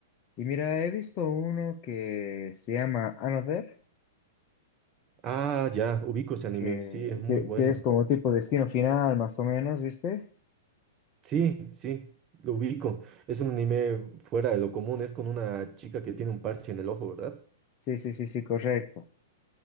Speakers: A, on the left; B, on the right.
A: Y mira, he visto uno que se llama Another,
B: Ah, ya, ubico ese anime,
A: que,
B: sí, es muy
A: que,
B: bueno.
A: que es como tipo destino final, más o menos, ¿viste?
B: Sí, sí, lo ubico. Es un anime fuera de lo común, es con una chica que tiene un parche en el ojo, ¿verdad?
A: Sí, sí, sí, sí, correcto.